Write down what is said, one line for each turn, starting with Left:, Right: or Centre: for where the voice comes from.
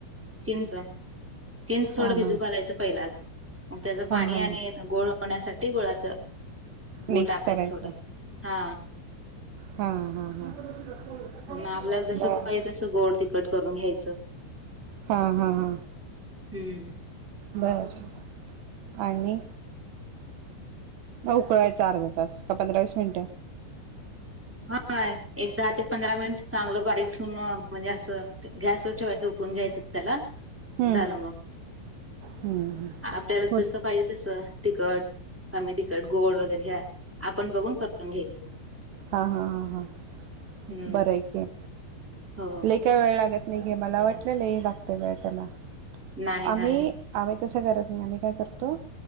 Centre: चिंच-चिंच न थोडं
Right: हा
Centre: भिजू
Right: हा
Centre: घालं. पहिलाच मग त्याच पाणी
Right: हा हा
Centre: आणि गोळ होण्यासाठी गुळाच गुळ
Right: मिक्स
Centre: टाकायचं
Right: करायचं
Centre: थोडं, हा.
Right: हा-हा, हा-हा,
Centre: मग आपल्याला जसं
Right: बरं.
Centre: पाहिजे तसं गोड तिखट करून घ्यायचं.
Right: हा-हा, हा.
Centre: हम्म
Right: बरं, आणि मग उकळायचा अर्धा तास का पंधरा वीस मिनिटं?
Centre: होय, एक दहा ते पंधरा मिनिट चांगलं बारीक ठेवून, म्हणजे असं गॅसवर ठेवायचं, उकळून घ्यायचं. चला,
Right: हम्म
Centre: झालं मग
Right: हम्म
Centre: आपल्याला
Right: हो
Centre: जसं पाहिजे तसं तिकट-कमी तिकट, गोड वगैरे ह्या आपण बघून करून घ्यायचं.
Right: हा-हा, हा-हा,
Centre: हम्म
Right: बरं आहे की.
Centre: हो.
Right: इतका वेळ लागत नाही गे मला. वाटलं लय लागते वेळ त्याला,
Centre: नाही नाही
Right: आम्ही आम्ही तसं करत नाही. आम्ही काय करतो,